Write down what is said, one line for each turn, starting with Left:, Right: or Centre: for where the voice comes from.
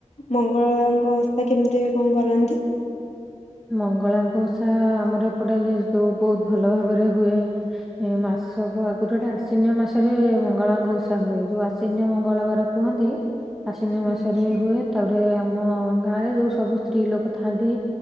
Left: ମଙ୍ଗଳାମାଙ୍କ ଓଷା କେମିତି କଁ କରନ୍ତି?
Centre: ମଙ୍ଗଳାଙ୍କ ଓଷା ଆମର ଏପଟେ ଯେ ଯୋଉ ବୋହୁତ୍ ଭଲ ଭାବରେ ହୁଏ ଏଇ ମାସ୍ ସ ଆଗୁରୁ ଏଟା ଆଶ୍ଵିନ ମା ସରେ ମଙ୍ଗଳାଙ୍କ ଓଷା ହୁଏ ଯୋଉ ଆଶ୍ଵିନ ମଙ୍ଗଳବାର କୁହନ୍ତି ଆଶ୍ଵିନ
Left: ହୁଁ
Centre: ମାସରେ ହୁଏ। ତାପରେ ଆମ ଗାଁ ରେ ଯୋଉ ସବୁ ସ୍ତ୍ରୀ ଲୋକୋ ଥାଆନ୍ତି।